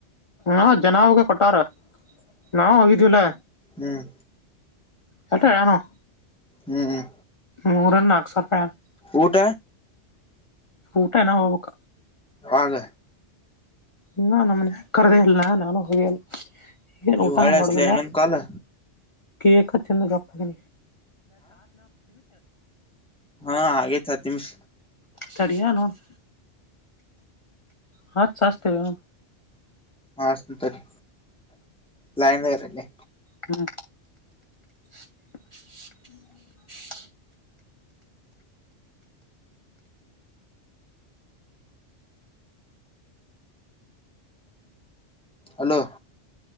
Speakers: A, on the left; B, in the centre.
A: ಹಾ ಜನಾವಗೆ ಕೊಟ್ಟಾರ ನಾವು ಹೋಗಿದೀವಲ್ಲಾ
B: ಹ್ಮ್
A: ಹಟ್ಟ ಹೇಳಿಯಾನು
B: ಹ್ಮ್
A: ಮೂರೇನ ನಾಕ್ ಸಾವಿರ ರೂಪಾಯಿ ಹೇಳೇನವಾ
B: ಊಟ
A: ಊಟ ಇನ್ ಹೋಗಬೇಕ
B: ಯಾವಾಗ
A: ಇನ್ನು ನಮನೆ ಕರದೆೇ ಇಲ್ಲಾ ನಾನು ಹೋಗಿಲ್ಲ ಎನ್
B: ಇವು
A: ಊಟ
B: ಹಳೆ
A: ನ
B: ಹಸ್ಲ
A: ಮಾಡುದಿಲ್ಲ
B: ಇನ್ನೊಂದ್ ಕಾಲ್
A: ಕೇಕ ತಿಂದ್ ಗಪ್ಪದ
B: ಹಾ ಆಗಿತ್ತಿ ಹತ್ ನಿಮಿಷ
A: ಸರಿಯಾ ನೋಡ್ತ ಹಚ್ ಹಚ್ತನ್ ನೀ
B: ಹಸ್ತನೇ ತಡಿ ಲೈನಾಗ ಇರೂ ಅಲೆ
A: ಹ್ಮ <inaudible>
B: ಹಲೋ